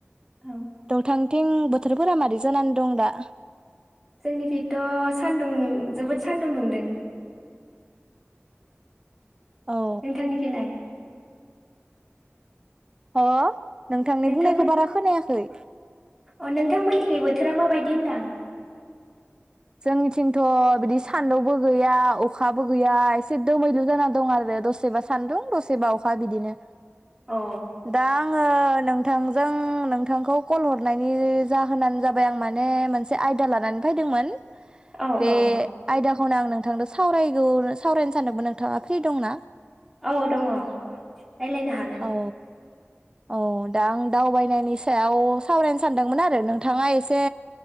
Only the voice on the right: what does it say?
द थां। थिं बोथोरफोरा मारै जानानै दं दा?
औ
ह। नोंथांनि
बुंनायखौ बारा खोनायाखै।
जोंनिथिंथ बिदि सान्दुंबो गैया अखा बो गैया एसे दोमैलु जानांगौ। दं आरो दसेबा सान्दुं दसेबा अखा बिदिनो
दा आङो नोंथांजों नोंथांखौ कल हरनायनि जाहोनानो जाबाय आं माने मोनसे आयदा लानानै फैदोंमोन।
बे
आयदा। औ आं नोंथां सावरायगौ सावरायनो सानदोंमोन नोंथाङा फ्रि दं ना?
औ औ दा आं दावबायनायनि सायाव सावरायनो सान दोंमोन आरो नोंथाङा एसे